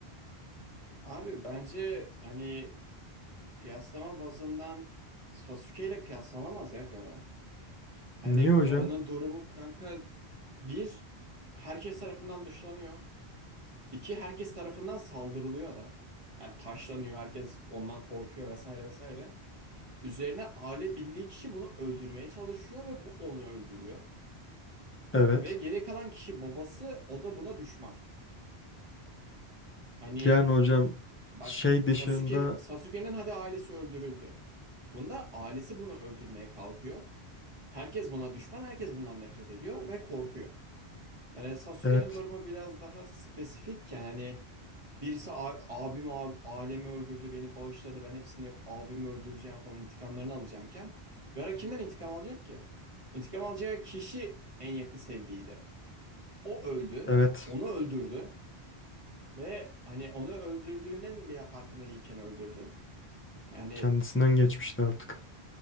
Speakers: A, on the right (about 30°); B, on the left (about 20°).
A: Abi bence hani kıyaslama bazından Sasuke ile kıyaslanamaz ya Gaara. Hani
B: Niye hocam?
A: Gaara'nın durumu kanka bir herkes tarafından dışlanıyor. İki herkes tarafından saldırılıyor da. Yani taşlanıyor herkes ondan korkuyor vesaire vesaire. Üzerine aile bildiği kişi bunu öldürmeye çalışıyor ve bu onu öldürüyor.
B: Evet.
A: Ve geri kalan kişi babası, o da buna düşman. Hani
B: Yani hocam
A: bak
B: şey dışında
A: Sasuke, Sasuke'nin hadi ailesi öldürüldü. Bunda ailesi bunu öldürmeye kalkıyor. Herkes buna düşman, herkes bundan nefret ediyor ve korkuyor. Hani Sasuke'nin
B: evet
A: durumu biraz daha spesifikken hani Birisi a- abim a- alemi öldürdü beni bağışladı ben hepsini abimi öldüreceğim falan intikamlarını alacağımken Gara kimden intikam alacak ki? İntikam alacağı kişi en yakın sevdiğiydi. O öldü,
B: evet
A: onu öldürdü ve hani onu öldürdüğünün bile farkında değilken öldürdü. Yani
B: kendisinden geçmişti artık.